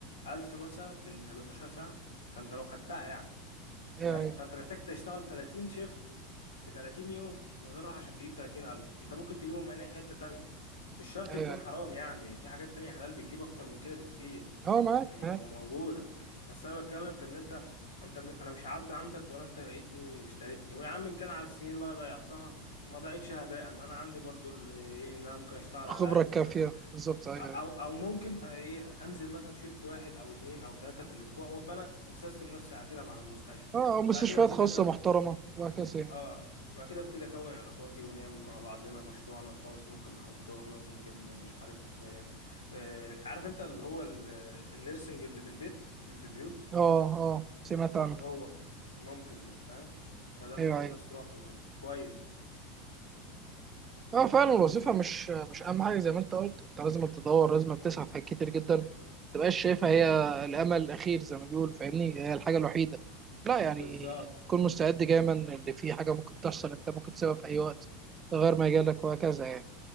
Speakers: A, on the left; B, on the right.
A: 1000 مثلا في ال 12 ساعه ده انت لو خدتها يعني
B: ايوه
A: فاهم
B: ايوه
A: فانت محتاج تشتغل 30 شيفت ب 30 يوم من غير راحه عشان تجيب 30000 انت ممكن تجيبهم من اي حته تانية مش شرط
B: ايوه
A: تكون
B: ايوه
A: حرام يعني في حاجات تانية حلال بتجيب اكتر من كده بكتير
B: اه معاك
A: يعني
B: معاك
A: مو- موجوده بس انا بتكلم في ان انت انت م- انا مش عبد عندك ولا انت لقيتني واشتريتني ويا عم ان كان على السنين اللي أنا ضيعتها ما ضيعتش هباء انا عندي برضو ال- ايه ان انا ممكن اشتغل على
B: الخبره
A: قدي
B: الكافيه بالظبط ايوه
A: او
B: ايوه
A: او ممكن آه، ايه انزل مثلا شيفت واحد او اتنين او تلاتة في الاسبوع وابقى انا مسيستم نفسي على كده مع المستشفى
B: اه أو مستشفيات
A: بعد كده ابتدي
B: خاصه
A: اكون
B: محترمه وهكذا يعني
A: اه بعد كده ابتدي اكون علاقاتي ونعمل مع بعضنا مشروعنا الخاص ممكن حضانة ممكن مش عارف آه، آه، عارف انت اللي هو ال- النيرسنج اللي في البيت اللي في البيوت
B: اه اه سمعت
A: اللي بيروح
B: عنها
A: هو ممكن ده فاهم فده ممكن
B: ايوه ايوه
A: الناس تروح له كويس ده
B: اه فعلا
A: انت فاهم
B: الوظيفة
A: ازاي
B: مش مش أهم حاجة زي ما أنت قلت، أنت لازم تدور، لازم تسعى في حاجات كتير جدا، ما تبقاش شايفها هي الأمل الأخير زي ما بيقولوا فاهمني، هي الحاجة الوحيدة، لا يعني
A: بالظبط
B: تكون مستعد دايما اللي في حاجة ممكن تحصل أنت ممكن تسيبها في أي وقت، ده غير ما يجيلك وهكذا يعني،